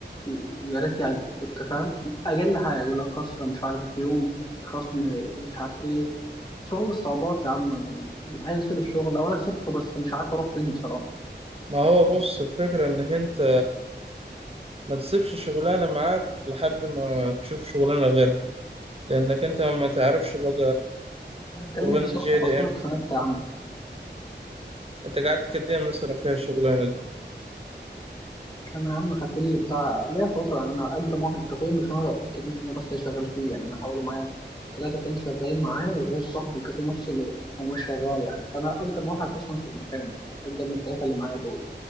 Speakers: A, on the left; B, on the right.
A: ويا ريت يعجب كنت فاهم اقل حاجه يقول لك خصم مش عارف يوم خصم مش عارف ايه شغل الصعوبات يا عم انا عايز اسيب الشغل او انا سبته بس مش عارف اروح فين بصراحه
B: ما هو بص الفكرة انك انت ما تسيبش شغلانة معاك لحد ما تشوف شغلانة غيرها لانك انت ما تعرفش بقى الشغلانة
A: كلامك صح
B: جاية دي
A: بس انا
B: امتى
A: اتخانقت يا عم
B: انت قعدت قد ايه مثلا فيها الشغلانة دي
A: انا يا عم خدت لي بتاع ليا فتره يعني انا انت واحد الكافيه مش انا اكيد مش انا بس اللي شغال فيه يعني انا حوالي معايا ثلاثه تاني شغالين معايا غير صاحب الكافيه نفسه اللي هو مش شغال يعني فانا اقدم واحد اصلا في المكان اقدم من الثلاثه اللي معايا دول